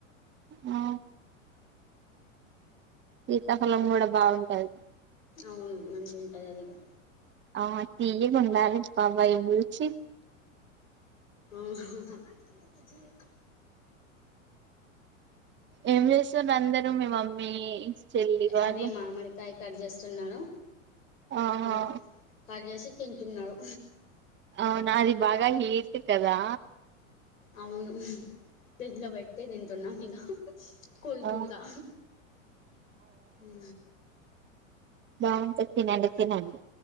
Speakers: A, on the right; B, on the left.
A: ఆ శీతాఫలం కూడా బాగుంటది
B: అవును మంచి ఉంటుంది అది కూడా
A: ఆ తీయగుండాలి పబై బుచ్చి
B: అవునావునా మా జ ఇ
A: ఏం చేస్తారు అందరూ మీ మమ్మీ చెల్ళ వలు
B: అదే మామిడికాయ కట్ చేస్తున్నాడు
A: ఆహా
B: పండు కట్ చేసి తింటున్నారు
A: అవున ఆది బాగ్ హీట్ కదా
B: అవును ఫ్రిడ్జ్ లో పెట్టటి తింటున్నాం ఇక కుల్
A: ఆ
B: కుల్గా ఉ
A: బాగుంటాధి తినండి తినండి